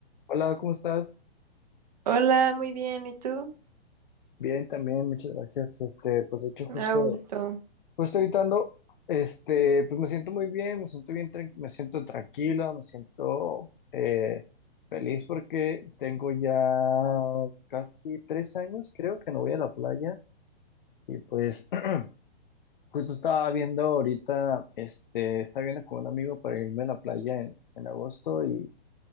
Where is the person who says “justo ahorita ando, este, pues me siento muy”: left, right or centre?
Left